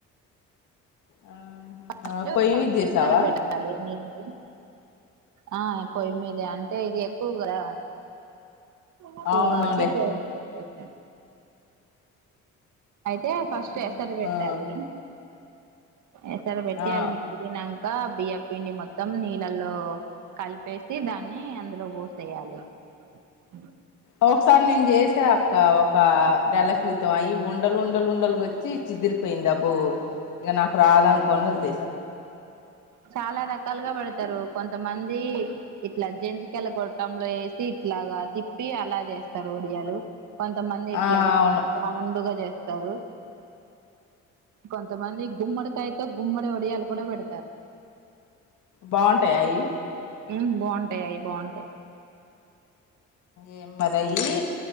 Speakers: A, on the left (about 80°); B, on the right (about 75°).
A: ఆ
B: ఫస్ట్
A: పొయ్యి మీద చేసావా
B: ఎసరు పెట్టాలి నీళ్లు ఆ పొయ్యి మీదే అంటే ఇది ఎక్కు కదా ఎక్కో
A: అవునులే
B: కాబట్టి పొయ్యి మీద పెట్టేసా అయితే ఫస్ట్
A: ఆహా
B: ఎసర్ పెట్టాలి. ఎసర్ పెట్టి
A: ఆ
B: అది మరిగి నం కా బియ్యప్ పిండి మొత్తం నీళ్ళల్లో కలిపేసి దాన్ని అందులో పోసేయాలి. అ
A: ఒకసార్ నేన్ చేసా కా ఒక నెల క్రితం అయి ఉండల్ ఉండల్ ఉండలుగొచ్చి చిదిరిపోయింది అబ్బో ఇగ నాక్ రాద్ అనుకోన్ వదిలేయ్
B: చాలా రకాలుగా పడ్తరు కొంతమంది ఇట్ల జంతికల గొట్టం లో ఏసి ఇట్లగా తిప్పి అలా చేస్తారు ఒడియాలు. కొంతమంది ఇట్లాగా
A: ఆ అవును
B: రౌండుగ చేస్తారు. కొంతమంది గుమ్మడికాయతో గుమ్మడి ఒడియాలు గుడా పెడ్తారు.
A: బాగుంటయా అయి?
B: మ్ బాగుంటయి అయి బాగుంటయి.
A: ఏ మరయ్యి